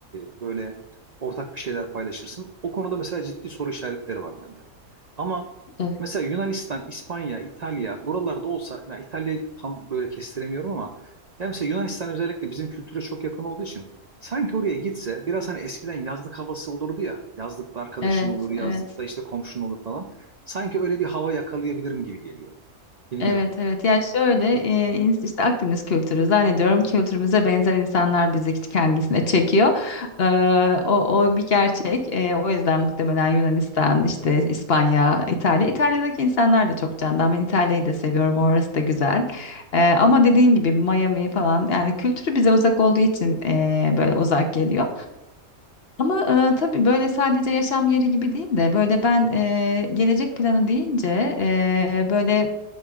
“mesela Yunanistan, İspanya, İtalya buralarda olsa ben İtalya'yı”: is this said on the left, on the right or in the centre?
Right